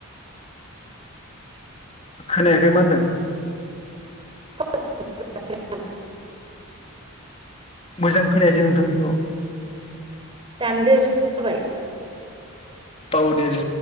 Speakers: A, on the left; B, on the right.
A: खोनायाखै मा होनदों?
B: <unintelligible>
A: मोजां खोनायासै नोंथांनिखौ।
B: दानदो स' जाबाय।
A: औ दे दे।